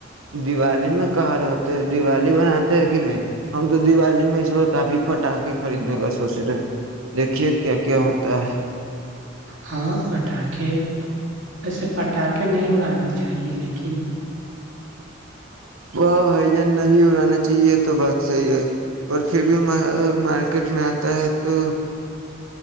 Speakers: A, on the right; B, on the right.
A: دیوالی میں کہاں رہتے ہیں دیوالی بناتے ہیں کہ نہیں ہم تو دیوالی میں اس بار کافی پٹا کے خریدنے کا سوچ رہے ہیں دیکھیے کیا کیا ہوتا ہے
B: ہاں پٹاخے ویسے پٹ اٹا کے نہیں اڑانا چاہیے لیکن
A: وہاہ بھائی جان نہیں اڑانا چاہیے تو بات صحیح ہے پر پھر بھی مارکیٹ میں آتا ہے تو